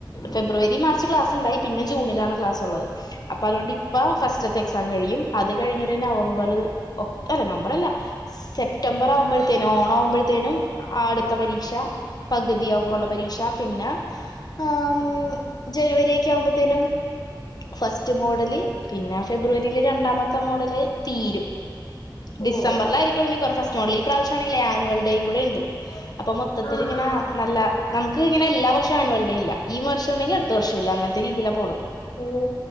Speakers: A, on the left (about 55°); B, on the left (about 70°).
A: ഫെബ്രുവരി മാർച്ച് ക്ലാസ് ഇണ്ടായി പിന്നെ ജൂണിലാണ് ക്ലാസ് ഉള്ളത് അപ്പൊ അതുകൊണ്ട് ഇപ്പ ഫസ്റ്റത്തെ എക്സാം കഴിയും അത് കഴിഞ്ഞൊരു നവംബർ ഒക് അല്ല നവംബർ അല്ല സെപ്റ്റംബർ
B: ഉം
A: ആവുമ്പോഴത്തേനും ഓണം ആവുമ്പോഴത്തേനും അടുത്ത പരീക്ഷ പകുതിയാകുമ്പോ
B: ആഹ്
A: ഉള്ള പരീക്ഷ പിന്നെ ആം
B: ആഹ്
A: ജനുവരിക്കെ ആവുമ്പോത്തേനും ഫസ്റ്റ് മോഡല് പിന്നെ ഫെബ്രുവരിയില് രണ്ടാമത്തെ മോഡല് തീരും ഡിസംബറിലായിരിക്കും
B: ഓ
A: മിക്കവാറും ഫസ്റ്റ് മോഡൽ ഈ പ്രാവശ്യണെങ്കിൽ ആനുവൽ ഡേയും കൂടെ ഉണ്ട് അപ്പൊ മൊത്തത്തില്
B: ആഹ്
A: ഇങ്ങനെ
B: ആഹ്
A: നല്ല നമുക്ക് ഇങ്ങനെല്ലാ വർഷവും ആനുവൽ ഡേ ഇല്ല ഈ വർഷം ഉണ്ടെങ്കി അടുത്ത വർഷം ഇല്ല അങ്ങനത്തെ രീതിയിലാ പോണത്
B: ഓ